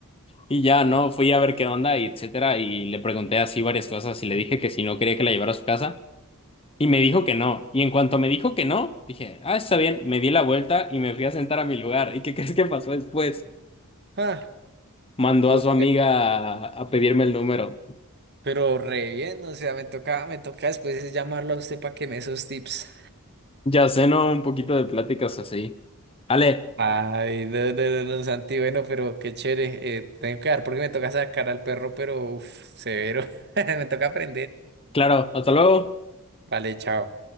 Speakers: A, on the left; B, on the right.
A: Y ya, ¿no? Fui a ver qué onda y etcétera, y le pregunté así varias cosas y le dije que si no quería que la llevara a su casa, y me dijo que no. Y en cuanto me dijo que no, dije, ah, está bien, me di la vuelta y me fui a sentar a mi lugar. ¿Y qué <laughs> crees que pasó después?
B: Ah,
A: Mandó
B: uf,
A: a su amiga a, a pedirme el número.
B: Pero re bien, o sea, me toca, me toca después llamarlo a usted para que me dé esos tips.
A: Ya sé, ¿no? Un poquito de pláticas así. Ale,
B: Ay, no, no, no, no, Santi, bueno, pero qué chévere. eh, tengo que dar porque me toca sacar al perro, pero uff, severo. <laughs> Me toca aprender.
A: claro, hasta luego.
B: Vale, chao.